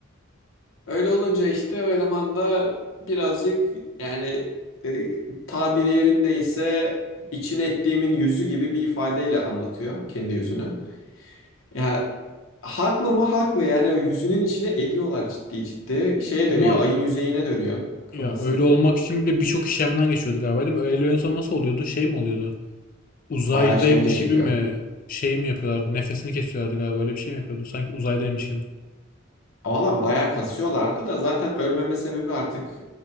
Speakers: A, on the left; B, on the left.
A: Öyle olunca işte o eleman da birazcık yani e, tabiri yerindeyse içine ettiğimin yüzü gibi bir ifadeyle anlatıyor kendi yüzünü. Ya haklı mı haklı yani o yüzünün içine ediyorlar ciddi ciddi. Şeye
B: Ama
A: dönüyor ayın yüzeyine dönüyor kafası.
B: ya öyle olmak için bile birçok işlemden geçiyorduk galiba değil mi? Öyle en son nasıl oluyordu? Şey mi oluyordu? Uzaydaymış
A: Bayağı işkence çekiyor.
B: gibi mi şey mi yapıyorlardı? Nefesini kesiyorlardı galiba. Öyle bir şey mi yapıyordu? Sanki uzaydaymış gibi.
A: Valla bayağı kasıyorlardı da zaten ölmeme sebebi artık